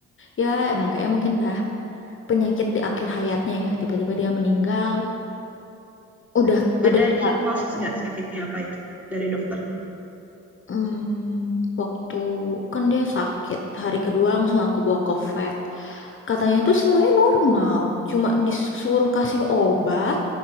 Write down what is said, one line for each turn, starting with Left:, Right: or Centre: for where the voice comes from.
Left: Ya emang kayak mungkin dah penyakit di akhir hayatnya ya, tiba-tiba dia meninggal. Udah udah
Centre: Ada
Left: kita
Centre: diagnosis
Left: upayakan.
Centre: nggak sakitnya apa itu dari dokternya?
Left: Hmm, waktu kan dia sakit hari kedua langsung aku bawa ke vet. Katanya tuh semuanya normal, cuma disuruh kasih obat,